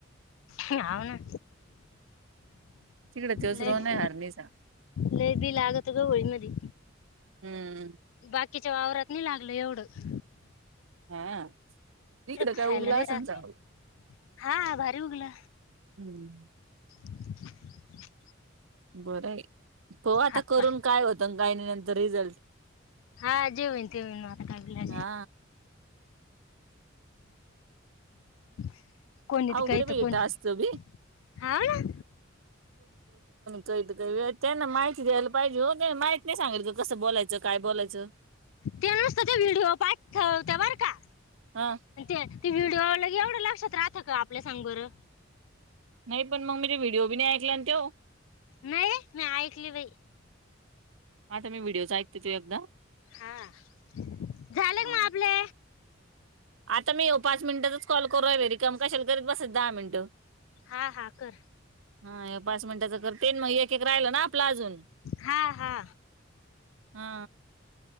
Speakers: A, on the left; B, on the right.
A: हव ना
B: तिकडे तोच
A: लईच
B: रोन आहे हरणीचा
A: लई बी लागत होत होळी मधी
B: हम्म
A: बाद कीच्या वावरात नी लागलंय एवढंच
B: हा तिकडं
A: खायला
B: काय उमला
A: नाही
B: <unintelligible>
A: राहत
B: सांग
A: काय हा भारी हुगल
B: हम्म
A: <unintelligible>
B: बरं आय पहू आता
A: हातपाय
B: करून काय होत न काय नाही याचं रिझल्ट
A: हा जे होईन ते हुईन मता काला
B: हा
A: <unintelligible> कोणी ती
B: अवघड
A: काय
B: बाई
A: तर कोणी
B: टास्क च बी
A: हाव ना
B: कविता तई ला माहितीय ना माहिती द्यायला पाहिजे हो क माहती सांगायचं कसं बोलायचं काय बोलायचं
A: ते नुसत ते व्हिडिओ पाठवते बर का
B: हा
A: ते ते व्हिडिओ आल की एवढं लक्षात राहतां का आपल्या सांग बरं
B: न्हय पण मग मी ते व्हिडिओ बी नाही ऐकलान तो
A: नाही मी ऐकली
B: <unintelligible>
A: बाई
B: आता मी व्हिडिओच त्यो एकदा
A: हा झाले
B: हा
A: का मग आपले
B: आता मी येऊ पाच मिनिटातच कॉल करू आय वेरिकम कशेल करीत बसत दहा मिनिटं
A: हा हा कर
B: हा हे पाच मिनिटाचं करते मग एक एक राहिलं ना आपलं अजून
A: हा हा
B: हा